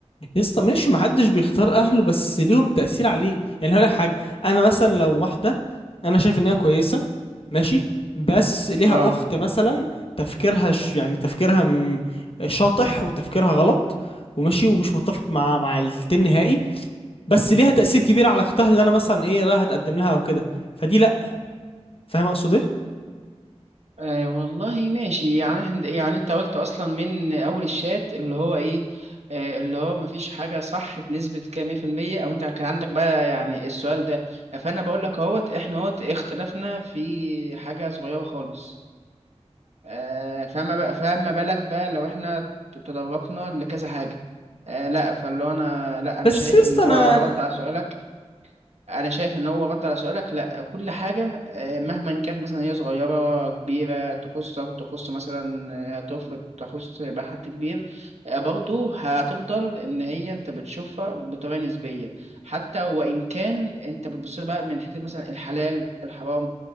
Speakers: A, on the left; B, on the right.
A: يسطا ماشي محدش بيختار اهله بس ليهم تأثير عليه يعني هقول لك حاجة انا مثلا لو واحدة انا شايف ان هي كويسة ماشي بس ليها
B: اه
A: اخت مثلا تفكيرها ش... يعني تفكيرها م... شاطح وتفكيرها غلط وماشي ومش متفق مع مع التين نهائي بس ليها تأثير كبير على اختها اللي انا مثلا ايه رايح اتقدم لها او كده فدي لا فاهم اقصد ايه
B: آه والله ماشي يعني احنا يعني انت قلت اصلا من اول الشات اللي هو ايه آه اللي هو مفيش حاجه صح بنسبه كام مية في المية او انت كان عندك بقى يعني السؤال ده فانا بقول لك اهوت احنا اهوت اختلفنا في حاجه صغيره خالص آه فما بقى فما بالك بقى لو احنا تدرجنا لكذا حاجه آه لا فاللي هو انا لا انا
A: بس
B: شايف
A: يسطا
B: ان
A: انا
B: هو رد على سؤالك انا شايف ان هو رد على سؤالك لا كل حاجه آه، مهما كانت مثلا هي صغيره كبيره تخصك تخص مثلا آه، طفل تخص بقى حد كبير آه، برضه هتفضل ان هي انت بتشوفها بطريقه نسبيه حتى وان كان انت بتبص لها بقى من حته مثلا الحلال الحرام